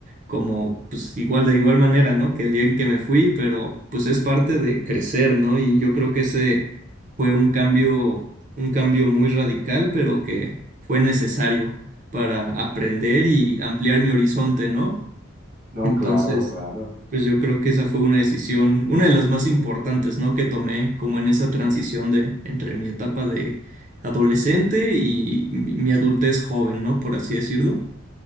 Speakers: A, on the right; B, on the right.
A: como, pues igual, de igual manera, ¿no? Que el día en que me fui, pero pues es parte de crecer, ¿no? Y yo creo que ese fue un cambio, un cambio muy radical, pero que fue necesario para aprender y ampliar mi horizonte, ¿no?
B: No,
A: Entonces,
B: claro, claro.
A: pues yo creo que esa fue una decisión, una de las más importantes, ¿no? Que tomé como en esa transición de entre mi etapa de adolescente y mi mi adultez joven, ¿no? Por así decirlo.